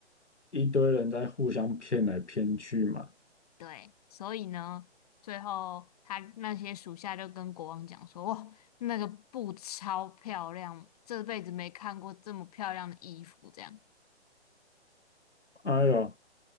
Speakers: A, on the left; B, on the left.
A: 一堆人在互相骗来骗去嘛。
B: 对，所以呢，最后他那些属下就跟国王讲说：“哇，那个布超漂亮，这辈子没看过这么漂亮的衣服。”这样。
A: 哎呦，